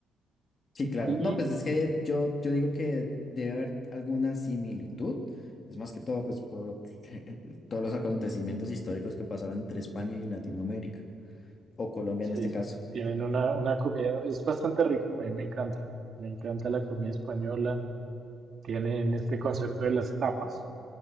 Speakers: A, on the left (about 40°); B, on the right (about 50°).
A: Sí, claro.
B: Y
A: No, pues es que yo, yo digo que debe haber alguna similitud. Es más que todo, pues, por <laughs> todos los acontecimientos históricos que pasaron entre España y Latinoamérica, o Colombia
B: sí,
A: en este caso.
B: tienen una, una comida, es bastante rico, a mí me encanta, me encanta la comida española, tienen este concepto de las tapas,